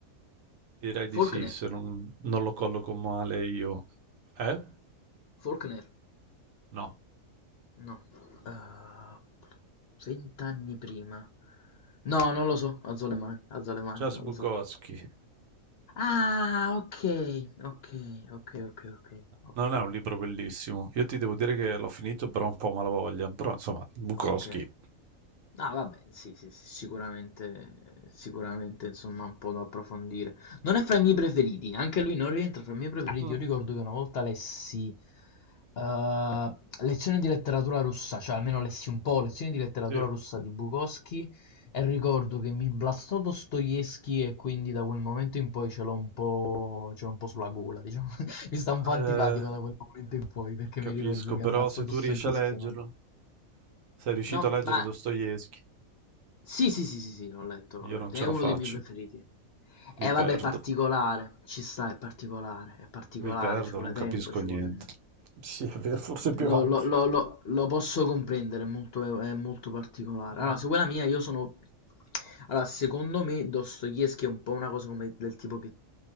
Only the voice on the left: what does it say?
Faulkner,
Faulkner,
no, eh, vent'anni prima, no, non lo so, alzo le mani, alzo le mani,
non
lo so. Ah, ok, ok, ok, ok, ok, ok.
Okay. Ah vabbè, sì, sì, sì, sicuramente sicuramente insomma un po' da approfondire. Non è fra i miei preferiti, anche lui non rientra fra i miei preferiti.
Io ricordo che una volta lessi, ehm, lezioni di letteratura russa, cioè almeno lessi un po', lezioni di letteratura
russa di Bukowski e ricordo che mi blastò Dostoevskij e quindi da quel momento in poi ce l'ho un po' ce l'ho un po' sulla gola diciamo. <laughs> Mi sta un
po' antipatico da quel momento in poi, perché
mi ricordo che
ammazzò
Dostoevskij
e non
No,
ma
sì, sì, sì, sì, sì, l'ho letto, l'ho
letto.
È
uno
dei miei preferiti.
Eh
vabbè, è particolare, ci sta, è particolare, è particolare,
ci vuole
tempo, ci
vuole...
Lo,
lo- lo- lo- lo posso comprendere, è molto, è molto particolare.
Allora, se vuoi la mia, io sono... Allora, secondo me Dostoevsky è un po' una cosa come del tipo che...